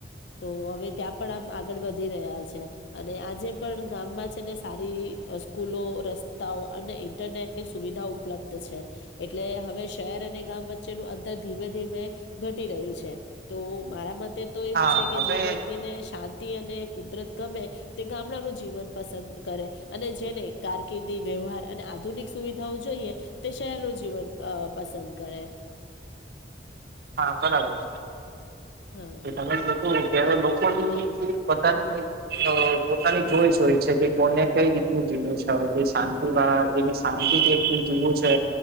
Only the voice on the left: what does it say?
તો હવે ત્યાં પણ આમ આગળ વધી રહ્યા છે અને આજે પણ ગામમાં છે ને સારી અહ સ્કૂલો રસ્તાઓ અને ઈન્ટરનેટની સુવિધા ઉપલબ્ધ છે. એટલે હવે શહેર અને ગામ વચ્ચેનું અંતર ધીમે ધીમે ઘટી રહ્યું છે તો મારા મતે તો એવું
છે કે
જે વ્યક્તિને શાં તી અને કુદરત ગમે તે ગામડાનું જીવન પસંદ કરે અને જેને કારકિર્દી વ વ્યહાર અને આધુનિક સુવિધાઓ જોઈએ તે શહેર નું જીવન અહ પસંદ કરે. <inaudible>
હા